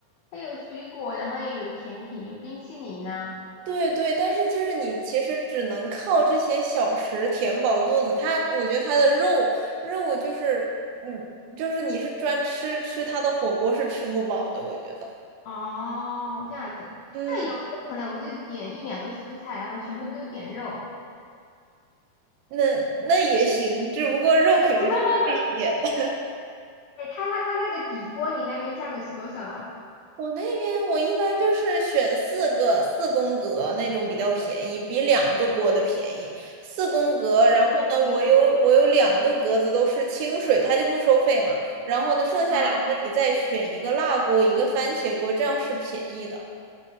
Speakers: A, on the left; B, on the right.
A: 它有水果，然后也有甜品，有冰淇淋呢、
B: 对对，但是就是你其实只能靠这些小食填饱肚子。它，我觉得它的肉肉就是，嗯，就是你是专吃吃它的火锅是吃不饱的，我觉得。
A: 哦，这样子，
B: 嗯，
A: 那有没有可能我就点一两个蔬菜，然后全部都点肉？
B: 那那也行，只不过肉肯定是贵一点的。
A: <laughs> 哈哈，哎，它它它那个底锅，你那边价格是多少啊？
B: 我那边我一般就是选四个四宫格那种比较便宜，比两个锅的便宜。四宫格，
A: 不合还便宜。
B: 然后呢，我有我有两个格子都是清水，它就不收费嘛。然后呢，剩下两个你再选一个辣锅，
A: 哦
B: 一个番茄锅，这样是便宜的。